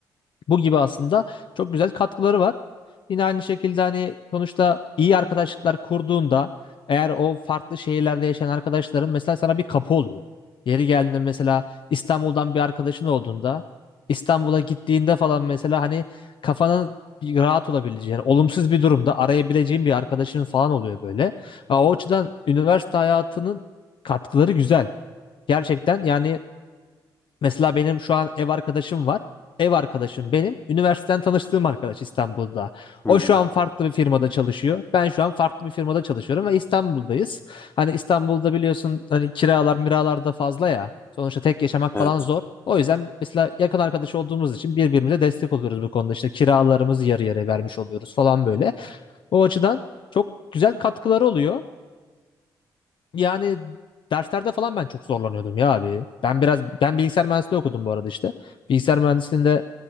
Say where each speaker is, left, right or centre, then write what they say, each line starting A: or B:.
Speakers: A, on the left; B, on the left.
A: Bu gibi aslında çok güzel katkıları var. Yine aynı şekilde hani sonuçta iyi arkadaşlıklar kurduğunda eğer o farklı şehirlerde yaşayan arkadaşların mesela sana bir kapı oluyor. Yeri geldiğinde mesela İstanbul'dan bir arkadaşın olduğunda İstanbul'a gittiğinde falan mesela hani kafanın bir rahat olabileceği yani olumsuz bir durumda arayabileceğin bir arkadaşın falan oluyor böyle. Ha, o açıdan üniversite hayatının katkıları güzel. Gerçekten yani Mesela benim şu an ev arkadaşım var. Ev arkadaşım benim üniversiteden tanıştığım arkadaş İstanbul'da.
B: Hı
A: O
B: hı.
A: şu an farklı bir firmada çalışıyor. Ben şu an farklı bir firmada çalışıyorum ve İstanbul'dayız. Hani İstanbul'da biliyorsun hani kiralar miralar da fazla ya. Sonuçta tek yaşamak
B: Evet.
A: falan zor. O yüzden mesela yakın arkadaş olduğumuz için birbirimize destek oluyoruz bu konuda. İşte kiralarımızı yarı yarıya vermiş oluyoruz falan böyle. O açıdan çok güzel katkıları oluyor. Yani derslerde falan ben çok zorlanıyordum ya abi. Ben biraz ben bilgisayar mühendisliği okudum bu arada işte. Bilgisayar mühendisliğinde